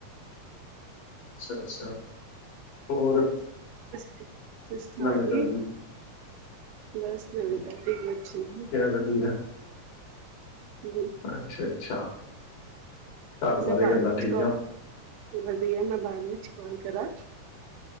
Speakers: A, on the left; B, on the right.
A: ਅੱਛਾ ਸਰ, ਹੋਰ
B: ਤੁਸੀਂ ਖਾ
A: ਨਵੀਂ
B: ਲਈ,
A: ਤਾਜੀ
B: ਬਸ ਨਵੀਂ ਤਾਜੀ ਕੁਛ ਨੀ
A: ਵਦੀਐ
B: ਹੁਨੇ
A: ਅੱਛਾ ਅੱਛਾ ਘਰ ਸਾਰੇ
B: ਮੈਂ ਬਾਦ
A: ਕਿੱਦਾਂ
B: ਵਿੱਚ
A: ਠੀਕ
B: ਕੋਲ
A: ਆ
B: ਵਦੀਐ ਮੈਂ ਬਾਦ ਵਿੱਚ ਕੌਲ ਕਰਾਂ